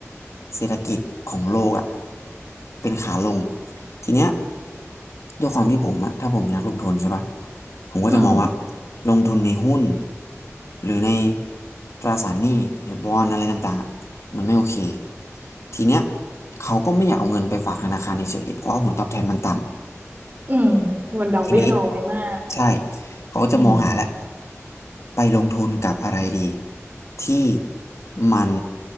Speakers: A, on the left; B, on the right.
A: เศรษฐกิจของโลกอ่ะเป็นขาลงทีเนี้ยด้วยความที่ผมอ่ะถ้าผมอยากลงทุนใช่ปะ ผมก็จะมองว่า
B: อืม
A: ลงทุนในหุ้นหรือในตราสารหนี้หรือบอนด์อะไรต่างๆอะมันไม่โอเคทีเนี้ยเขาก็ไม่อยากเอาเงินไปฝากธนาคารเฉยๆเพราะว่าผลตอบแทนมันต่ำ
B: อืมงนดอกเบี้ยน้อยมาก
A: ทีนี้ใช่เขาก็จะมองหาแล้ว
B: อืม
A: ไปลงทุนกับอะไรดีที่มัน